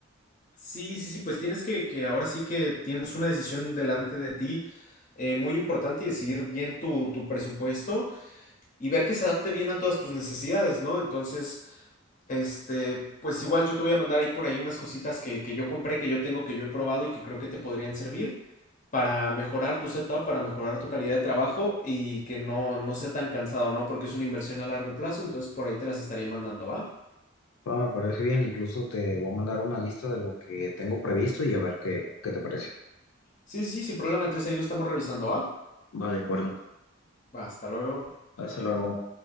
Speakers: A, on the left (about 40°); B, on the left (about 85°).
A: Sí, sí, sí, pues tienes que, que ahora sí que tienes una decisión delante de ti eh, muy importante y decidir bien tu, tu presupuesto y ver que se adapte bien a todas tus necesidades, ¿no? Entonces... Este, pues igual yo te voy a mandar ahí por ahí unas cositas que, que yo compré, que yo tengo, que yo he probado y que creo que te podrían servir para mejorar tu setup, para mejorar tu calidad de trabajo y que no, no sea tan cansado, ¿no? Porque es una inversión a largo plazo, entonces por ahí te las estaría mandando, ¿va?
B: Va, me parece bien, incluso te voy a mandar una lista de lo que tengo previsto y a ver qué, qué te parece.
A: Sí, sí, sí, sin problema, entonces ahí lo estamos revisando, ¿va?
B: Va, de acuerdo.
A: Va, Hasta luego.
B: Hasta luego.